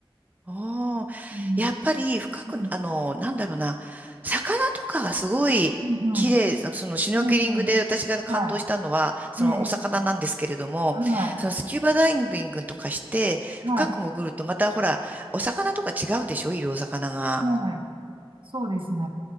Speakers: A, on the right; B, on the right.
A: ああ、
B: うん。
A: やっぱり深く、
B: うん。
A: あの、なんだろうな、魚とかがすごい綺麗、
B: うんう
A: そのそのシュノーケリングで私が感動したのは、
B: んえねえ、はい。
A: そのお魚なんですけれども、
B: ええ、はい。
A: そのスキューバダイビングとかして、
B: はい。
A: 深く潜るとまたほら、お魚とか違うでしょいるお魚が。
B: はい。そうですね。